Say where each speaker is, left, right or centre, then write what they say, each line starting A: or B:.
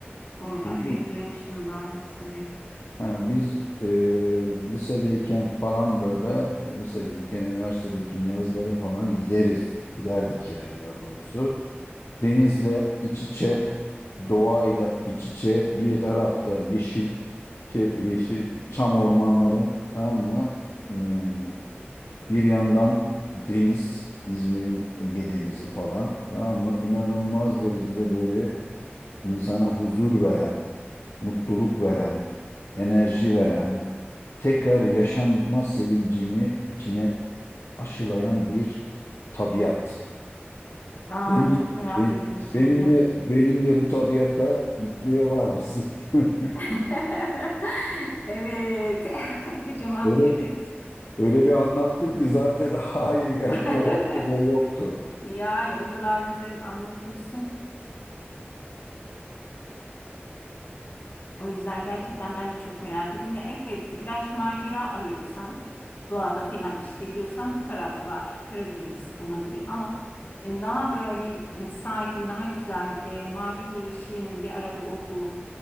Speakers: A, on the left; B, on the left.
A: oralar.
B: Duydun
A: Evet
B: mu?
A: duymuştum daha öncesinde.
B: Ha, biz e, lisedeyken falan böyle e, lisedeyken, üniversitedeyken yazları falan gideriz. Giderdik yani daha doğrusu. Denizle iç içe, doğayla iç içe, bir tarafta yeşil şey, yeşil çam ormanları, tamam mı? Ee, bir yandan deniz, İzmir'in Ege Denizi falan, tamam mı? İnanılmaz derecede böyle insana huzur veren, mutluluk veren, enerji veren, tekrar yaşanma sevincini içine aşılayan bir tabiat.
A: Aa,
B: Benim,
A: çok merak
B: ben-
A: ettim şimdi.
B: benimle benimle bu tabiatta gitmeye var mısın? <laughs>
A: <laughs> Evet. <laughs> Kocaman
B: Öyle,
A: bir evet.
B: öyle bir anlattım ki zaten <laughs> hayır gelme
A: <laughs>
B: olasılığı da yoktu.
A: Yani o kadar güzel anlatıyorsun O yüzden gerçekten ben de çok merak ediyorum. Ya evet birazcık macera arıyorsan, doğada falan işte diyorsan bu taraflar Karadeniz olabilir ama e, daha böyle e, sakin, daha güzel, e, maviyle yeşilin bir arada olduğu